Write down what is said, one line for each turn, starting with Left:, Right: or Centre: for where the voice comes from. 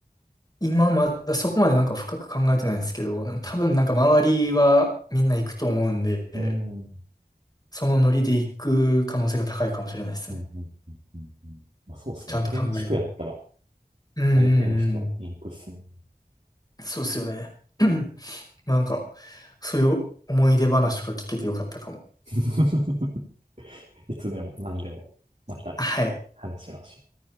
Left: 今まだそこまでなんか深く考えてないんですけど、
Right: はい
Left: 多分なんか周りはみんな行くと思うんで、
Right: うん。うん、
Left: そのノリで行く可能性が高いかもしれないですね。
Right: うん、うん、うん。うんまあ、そうっすよね。
Left: ちゃんと考える。
Right: 建築やったら、
Left: うんうんうん。
Right: 大抵の人はインクっすもんね。
Left: そうっすよね。<clears throat> なんか、そういう思い出話とか聞けてよかったかも。
Right: <laughs> いつでも何でもまた
Left: はい。
Right: 話しましょう。